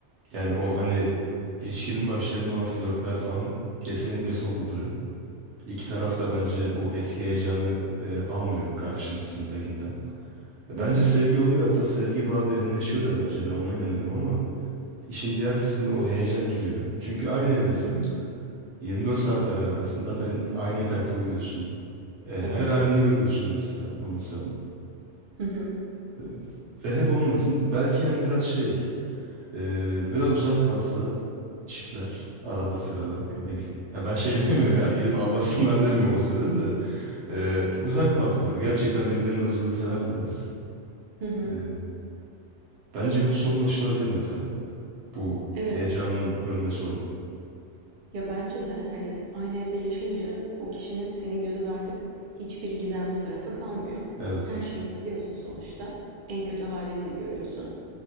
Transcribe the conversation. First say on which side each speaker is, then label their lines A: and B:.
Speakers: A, on the right; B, on the right.
A: Yani o hani ilişkinin başlarında olan flörtler falan kesinlikle son buluyor. İki taraf da bence o eski heyecanı e, almıyor karşısındakinden. E,
B: Hı
A: Bence
B: hı,
A: sevgi oluyor hatta sevgi bağı derinleşiyor da bence ben ona inanıyorum ama işin diğer kısmında o heyecan gidiyor. Çünkü aynı evdesin.
B: hı hı.
A: 24 saat berabersin. Zaten aynı yatakta uyuyorsun. E,
B: Tabii.
A: her halini görüyorsun mesela o insanın.
B: Hı hı,
A: E, ve hep olmasın. Belki yani biraz şey, e, biraz uzak kalsa çiftler arada sırada
B: hı hı.
A: ne bileyim. Ha, ben şey <laughs> demiyorum ya gidip aldatsınlar demiyorum o sırada da. E, uzak kalsalar. Gerçekten birbirlerini özleseler biraz.
B: Hı hı.
A: E, bence bu sorun aşılabilir mesela. Bu
B: Evet.
A: heyecanın ölme sorunu.
B: Ya bence de hani aynı evde yaşayınca o kişinin senin gözünde artık hiçbir gizemli tarafı kalmıyor.
A: Evet.
B: Her şeyini biliyorsun sonuçta. En kötü halini de görüyorsun.